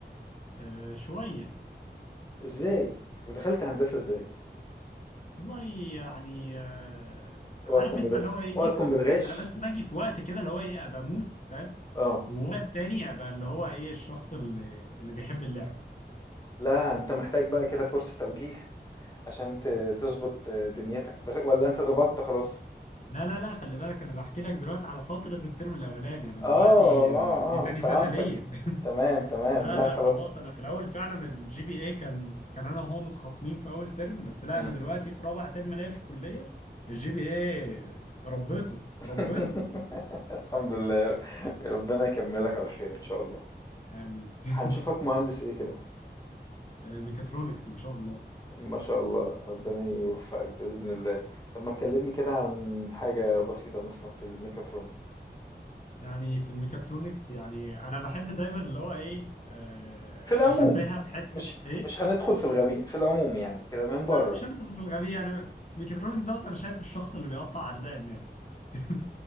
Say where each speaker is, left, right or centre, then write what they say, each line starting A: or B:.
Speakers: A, on the left; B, on the left.
A: آه، شويه
B: إزاي ودخلت هندسة إزاي
A: والله يعني آه، عارف
B: اوعى تكون
A: انت
B: بت...
A: اللي هو ايه
B: اوعى
A: جيت
B: تكون بتغش
A: انا بس باجي في وقت كده اللي هو ايه ابقى موس فاهم
B: اه
A: ووقت تاني ابقى اللي هو ايه الشخص اللي اللي بيحب اللعب
B: لا أنت محتاج بقى كده كورس توجيه عشان ت- تظبط دنيتك بس ولا أنت ظبطت خلاص
A: لا لا لا خلي بالك انا بحكي لك دلوقتي على فترة الترم الاولاني انا دلوقتي
B: اه اه
A: آه، دي تاني
B: اه فهمتك
A: سنة ليا <laughs>
B: تمام تمام
A: لا
B: لا
A: لا
B: خلاص
A: خلاص انا في الاول فعلا الجي بي اي كان كان انا وهو متخاصمين في اول ترم بس لا
B: مم.
A: انا دلوقتي في رابع ترم ليا في الكلية الجي بي اي ربيته
B: <laughs>
A: ربيته
B: الحمد لله ربنا يكملك على خير إن شاء الله
A: امين <laughs>
B: هنشوفك مهندس ايه كده
A: آه، ميكاترونكس ان شاء الله
B: ما شاء الله ربنا يوفقك بإذن الله طب ما تكلمني كده عن حاجة بسيطة مثلا في الميكاترونكس
A: يعني في الميكاترونكس يعني انا بحب دايما اللي هو ايه آه،
B: في العموم
A: اشبهها بحتة
B: مش
A: ايه
B: مش هندخل في الغميق في العموم يعني كده من بره
A: مش هندخل في الغبية يعني ميكاترونكس دوت انا شايف الشخص اللي بيقطع ارزاق الناس <laughs>